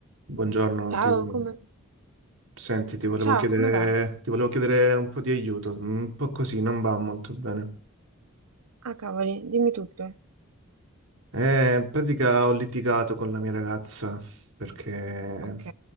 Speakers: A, on the right; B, on the right.
A: Buongiorno,
B: Ciao,
A: ti, vo-
B: come...
A: senti, ti volevo
B: Ciao,
A: chiedere,
B: come va?
A: ti volevo chiedere un po' di aiuto, un po' così, non va molto bene.
B: Ah, cavoli, dimmi tutto.
A: Eh, in pratica ho litigato con la mia ragazza perché
B: Ok.